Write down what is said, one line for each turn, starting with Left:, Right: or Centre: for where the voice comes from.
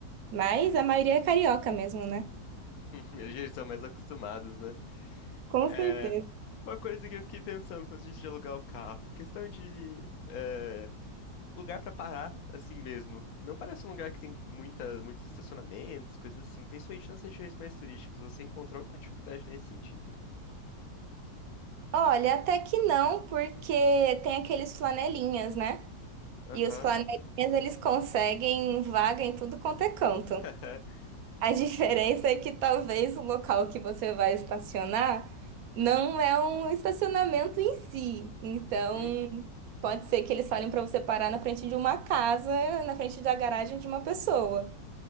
Right: mas a maioria é carioca mesmo, né?
Left: <laughs> Eles já são mais acostumados, né?
Right: Com
Left: É
Right: certeza.
Left: uma coisa que eu fiquei pensando quando a gente de alugar o carro, questão de é, lugar pra parar assim mesmo. Não parece um lugar que tem muita, muitos estacionamentos, coisas assim. Principalmente nas regiões mais turísticas. Você encontrou alguma dificuldade nesse sentido?
Right: Olha, até que não, porque tem aqueles flanelinhas, né?
Left: Aham.
Right: E os flanelinhas, eles conseguem vaga em tudo quanto é canto.
Left: <laughs>
Right: A diferença é que talvez o local que você vai estacionar não é um estacionamento em si. Então,
Left: Uhum.
Right: pode ser que eles falem para você parar na frente de uma casa, na frente da garagem de uma pessoa.